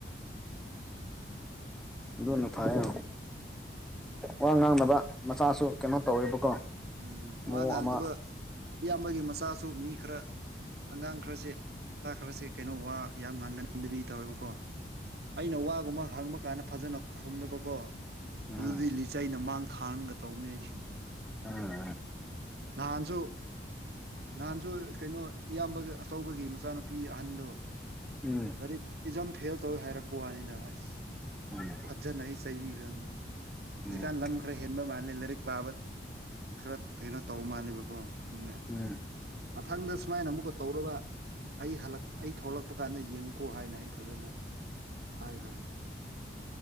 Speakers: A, in the centre; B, on the right.
A: ꯑꯗꯨꯅ ꯐꯔꯌꯦ ꯋꯥ ꯉꯥꯡꯅꯕ ꯃꯆꯥꯁꯨ ꯀꯩꯅꯣ ꯇꯧꯋꯦꯕꯀꯣ
B: ꯎꯝ
A: ꯃꯑꯣꯡ
B: ꯋꯥ ꯉꯥꯡꯇꯕ
A: ꯑꯃ
B: ꯏꯌꯥꯝꯕꯒꯤ ꯃꯆꯥꯁꯨ ꯃꯤ ꯈꯔ ꯑꯉꯥꯡ ꯈꯔꯁꯦ ꯈꯔꯁꯦ ꯀꯩꯅꯣ ꯋꯥ ꯌꯥꯝ ꯉꯥꯡꯒꯟꯗꯕꯤ ꯇꯧꯋꯦꯕꯀꯣ ꯑꯩꯅ ꯋꯥꯒꯨꯝꯕ ꯍꯪꯕ ꯀꯥꯟꯗ ꯐꯖꯅ ꯈꯨꯝꯗꯕꯀꯣ
A: ꯎꯝ
B: ꯑꯗꯨꯗꯤ ꯂꯤꯆꯩꯅ ꯃꯥꯡ ꯊꯥꯔꯝꯒ ꯇꯧꯕꯅꯦ ꯑꯩꯗꯤ
A: ꯎꯝ
B: ꯅꯍꯥꯟꯁꯨ ꯅꯍꯥꯟꯁꯨ ꯀꯩꯅꯣ ꯏꯌꯥꯝꯕꯒ ꯑꯆꯧꯕꯒꯤ ꯃꯆꯥꯅꯨꯄꯤ ꯑꯍꯟꯗꯣ
A: ꯎꯝ
B: ꯂꯔꯤꯛ ꯏꯖꯝ ꯐꯦꯜ ꯇꯧꯋꯦ ꯍꯥꯏꯔꯛꯄ ꯋꯥꯅꯤꯗ ꯑꯁ
A: ꯎꯝ
B: ꯐꯞꯖꯅ ꯑꯩ ꯆꯩꯕꯤꯈ꯭ꯔꯕꯅꯤ ꯍꯧꯖꯤꯛꯀꯥꯟ
A: ꯎꯝ
B: ꯂꯝ ꯈꯔ ꯍꯦꯟꯕ ꯃꯥꯜꯂꯦ ꯂꯥꯏꯔꯤꯛ ꯄꯥꯕ ꯈꯔ ꯀꯩꯅꯣ ꯇꯧꯕ ꯃꯥꯜꯂꯦꯕꯀꯣ ꯑꯅ
A: ꯎꯝ
B: ꯃꯊꯪꯗ ꯁꯨꯃꯥꯏꯅ ꯑꯃꯨꯛꯀ ꯇꯧꯔꯒ ꯑꯩ ꯍ ꯑꯩ ꯊꯣꯛꯂꯛꯂꯛꯄ ꯀꯥꯟꯗ ꯌꯦꯡꯉꯨꯀꯣ ꯍꯥꯏꯅ ꯑꯩ ꯐꯖꯅ ꯍꯥꯏꯒ꯭ꯔꯥꯝ